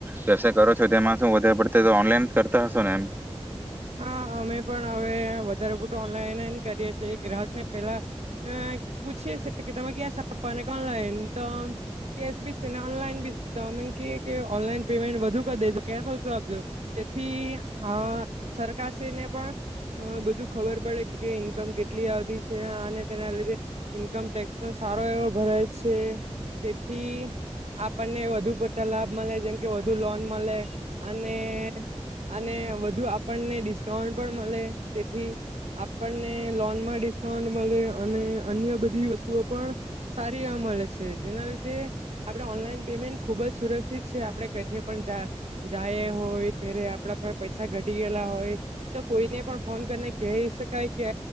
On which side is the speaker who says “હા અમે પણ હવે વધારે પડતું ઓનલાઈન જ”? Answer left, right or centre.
Right